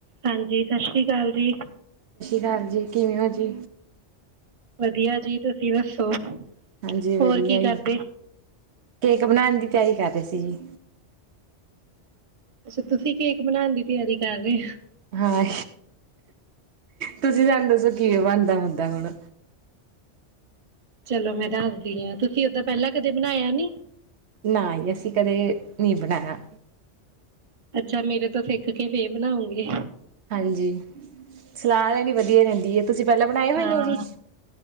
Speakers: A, on the right; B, on the right.
A: ਹਾਂਜੀ ਸਤਿ ਸ੍ਰੀ ਅਕਾਲ ਜੀ।
B: ਕਾਲ ਜੀ ਕਿਵੇਂ ਓ ਜੀ?
A: ਵਧੀਆ ਜੀ ਤੁਸੀਂ ਦੱਸੋ?
B: ਹਾਂਜੀ
A: ਹੋਰ
B: ਵਧੀਆ
A: ਕੀ
B: ਜੀ।
A: ਕਰਦੇ
B: ਕੇਕ ਬਣਾਉਣ ਦੀ ਤਿਆਰੀ ਕਰ ਰਹੇ ਸੀ ਜੀ।
A: ਅੱਛਾ, ਤੁਸੀਂ ਕੇਕ ਬਣਾਉਣ ਦੀ ਤਿਆਰੀ ਕਰ ਰਹੇ ਔ।
B: ਹਾਂ, ਤੁਸੀਂ ਸਾਨੂੰ ਦੱਸੋ ਕਿ ਬਣਦਾ ਹੁੰਦਾ ਹੁਣ।
A: ਚਲੋ ਮੈਂ ਦੱਸਦੀ ਹਾਂ ਤੁਸੀਂ ਓਦਾਂ ਪਹਿਲਾਂ ਕਦੇ ਬਣਾਇਆ ਨੀ?
B: ਨਾ ਅਸੀਂ ਕਦੇ ਨੀ ਬਣਾਇਆ।
A: ਅੱਛਾ, ਮੇਰੇ ਤੋਂ ਸਿੱਖ ਕੇ ਫੇਰ ਬਣਾਉਗੇ।
B: ਹਾਂਜੀ, ਸਲਾਹ ਲੈਕੇ ਵਧੀਆ ਰਹਿੰਦੀ ਹੈ। ਤੁਸੀਂ ਪਹਿਲਾਂ ਬਣਾਏ
A: ਹਾਂ
B: ਹੋਏ ਨੇ ਜੀ।